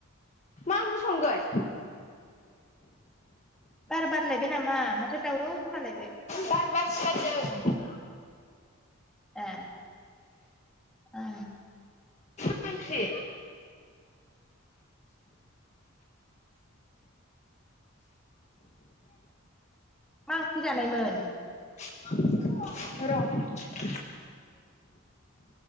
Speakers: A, on the left (about 30°); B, in the centre.
A: मा ओंख्रि संगोन?
B: बार बार लायबाय नामा माथो दावराव खोना लायबाय।
A: बार बारसोगारदों।
B: ए ओं।
A: मा ओंख्रि?
B: मा ओंख्रि जानायमोन?
A: म र'